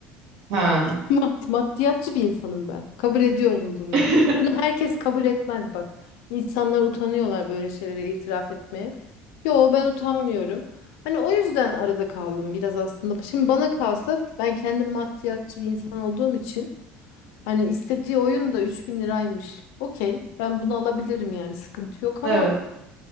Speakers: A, on the right; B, on the left.
A: Ha.
B: <laughs> Mad- Maddiyatçı bir insanım ben. Kabul ediyorum bunu.
A: <laughs>
B: Bunu herkes kabul etmez bak. İnsanlar utanıyorlar böyle şeylere itiraf etmeye. Yo ben utanmıyorum. Hani o yüzden arada kaldım biraz aslında. Şimdi bana kalsa ben kendim maddiyatçı bir insan olduğum için hani istediği oyun da üç bin liraymış. Okey ben bunu alabilirim yani sıkıntı yok
A: Evet.
B: ama